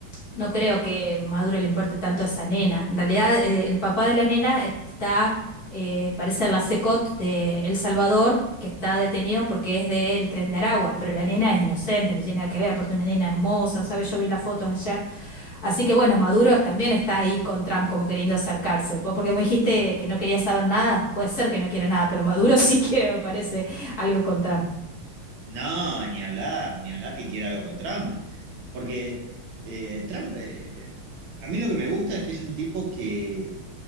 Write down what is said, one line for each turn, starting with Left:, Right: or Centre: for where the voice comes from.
Left: no creo que Maduro le importe tanto a esa nena. En realidad, eh, el papá de la nena está, eh, parece la CECOT de El Salvador, que está detenido porque es del tren de Aragua, pero la nena es inocente, no tiene nada que ver, aparte una nena hermosa, ¿sabes? Yo vi las fotos ayer Así que bueno, Maduro también está ahí con Trump como queriendo acercarse, po- porque me dijiste que no quería saber nada, puede ser que no quiera nada, pero Maduro <laughs> sí quiere, me parece, algo con Trump.
Right: No, ni hablar, ni hablar que quiera algo con Trump. Porque eh, Trump, eh, a mí lo que me gusta es que es un tipo que,